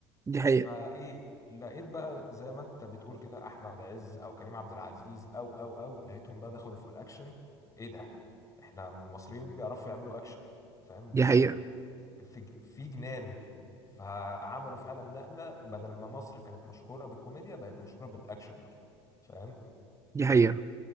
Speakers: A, on the right; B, on the left.
A: دي حقيقه
B: فايه لقيت بقى زي ما انت بتقول كده احمد عز او كريم عبد العزيز او او او لقيتهم بقى دخلوا في الاكشن ايه ده احنا المصريين بيعرفوا يعملوا اكشن فاهم
A: دي
B: ب-
A: حقيقه
B: في في جنان فعملوا فعلا نقلة بدل ما مصر كانت مشهورة بالكوميديا بقت مشهورة بالاكشن فاهم
A: دي حقيقه